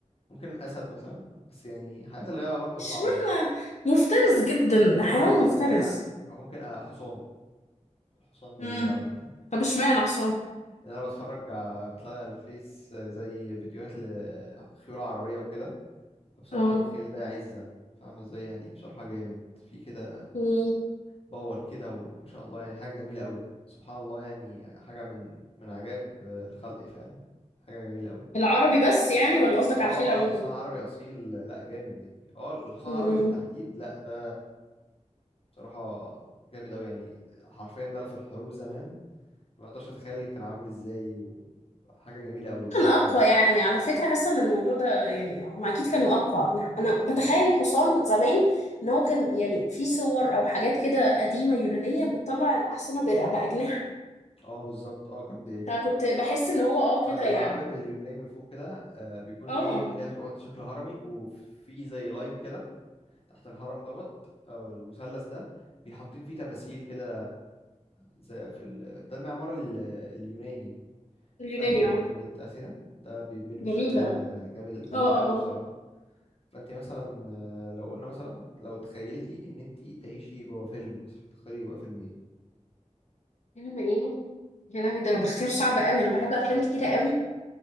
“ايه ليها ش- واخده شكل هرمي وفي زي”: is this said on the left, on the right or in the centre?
Left